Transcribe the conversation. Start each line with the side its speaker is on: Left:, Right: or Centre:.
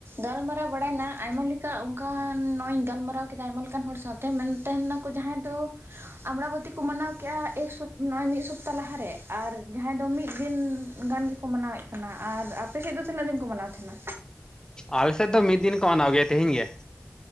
Right: ᱜᱟᱞᱢᱟᱨᱟᱣ ᱵᱟᱲᱟᱭᱱᱟ ᱟᱭᱢᱟ ᱞᱮᱠᱟ ᱚᱱᱠᱟᱱ ᱱᱚᱜ ᱤᱧ ᱜᱟᱞᱢᱟᱨᱟᱣ ᱠᱮᱫᱟ ᱟᱭᱢᱟ ᱞᱮᱠᱟᱱ ᱦᱚᱲ ᱥᱟᱶ ᱛᱟᱦᱮᱸᱱᱟᱱ ᱛᱟᱦᱮ ᱱᱟᱠ ᱡᱟᱦᱟᱸᱭ ᱫᱚ ᱟᱢᱲᱟᱵᱚᱛᱤ ᱠᱚ ᱢᱟᱱᱟᱣ ᱠᱮᱜᱼᱟ, ᱮᱠᱥᱚᱯ ᱱᱚᱜ-ᱚᱭ ᱢᱤᱫ ᱥᱚᱯᱛᱟ ᱞᱟᱦᱟ ᱨᱮ ᱟᱨ ᱡᱟᱦᱟᱸᱭ ᱫᱚ ᱢᱤᱫ ᱫᱤᱱ ᱜᱟᱱ ᱜᱮᱠᱚ ᱢᱟᱱᱟᱣᱮᱫ ᱠᱟᱱᱟ ᱟᱨ ᱟᱯᱮ ᱥᱮᱫ ᱫᱚ ᱛᱤᱱᱟᱹᱜ ᱫᱤᱱ ᱠᱚ ᱢᱟᱱᱟᱣ ᱛᱟᱦᱮᱱᱟ?
Left: ᱟᱞᱮ ᱥᱮᱫ ᱫᱚ ᱢᱤᱫ ᱫᱤᱱ ᱠᱚ ᱢᱟᱱᱟᱣ ᱜᱮᱭᱟ ᱛᱮᱦᱤᱧ ᱜᱮ ᱾